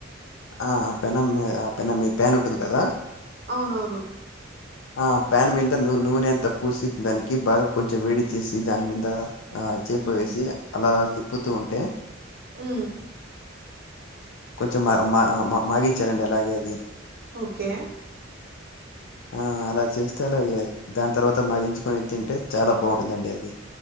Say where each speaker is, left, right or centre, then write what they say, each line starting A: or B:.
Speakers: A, on the left; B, on the right.
A: ఆ ఆ పెనమె ఆ పెన మీ ప్యాన్ ఉంటుంది కదా
B: అవునవును
A: ఋ ఆ ప్యాన్ మీద నువ్వు నూనెంత పూసి దానికి బాగా కొంచెం వేడి చేసి దాని మింద ఆ చేప
B: ఉమ్
A: వేసి అలాలా తిప్పుతూ ఉంటే
B: హు
A: కొంచెం మా మా మాగిచ్చారండి అలాగే అది
B: ఓకే
A: ఆ అలా చేస్తే అలా దాని తర్వాత మగించుకొని తింటే చాలా బాగుంటుందండి అది